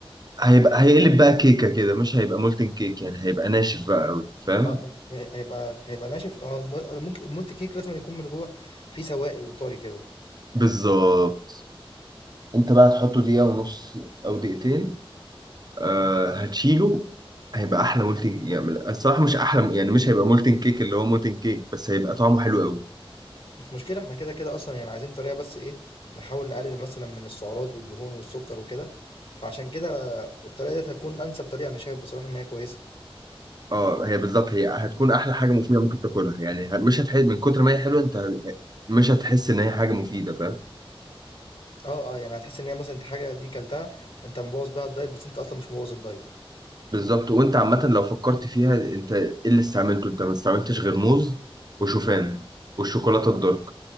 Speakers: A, on the right; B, on the left.
A: هيبقى هيقلب بقى كيكة كده مش هيبقى مولتن كيك يعني هيبقى ناشف بقى قوي فاهم
B: اه م- هيبقى هيبقى ناشف اه الم- ممكن المولت كيك لازم يكون من جوه فيه سوائل وطري كده
A: بالظبط انت بقى تحطه دقيقة ونص أو دقيقتين آه هتشيله هيبقى احلى مولتن يعني الصراحه مش احلى يعني مش هيبقى مولتن كيك اللي هو مولتن كيك بس هيبقى طعمه حلو قوي
B: مش مشكلة احنا كده كده اصلا يعني عايزين طريقة بس ايه نحاول نقلل مثلا من السعرات والدهون والسكر وكده فعشان كده الطريقة دي هتكون انسب طريقة انا شايف بصراحة ان هي كويسة
A: اه هي بالظبط هي هتكون احلى حاجه مفيده ممكن تاكلها يعني ه- مش هتحس من كتر ما هي حلوه انت ه- مش هتحس ان هي حاجه مفيده فاهم
B: اه اه يعني هتحس ان هي مثلا انت حاجة دي كلتها انت مبوظ بيها الدايت بس انت اصلا مش مبوظ الدايت
A: بالظبط وانت عامه لو فكرت فيها انت ايه اللي استعملته انت ما استعملتش غير موز وشوفان والشوكولاته الدارك